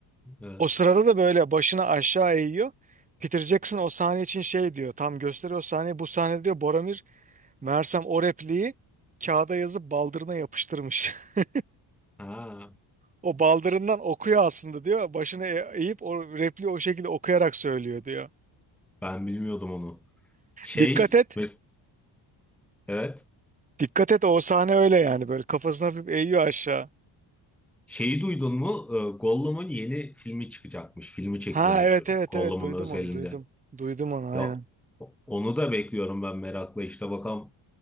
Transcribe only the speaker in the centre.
Evet.
Ha,
ben bilmiyordum onu. Şey
mes- evet.
Şeyi duydun mu? Ee, Gollum'un yeni filmi çıkacakmış. Filmi çekiliyormuş
Gollum'un
özelinde.
Ya o- onu da bekliyorum ben merakla. İşte bakalım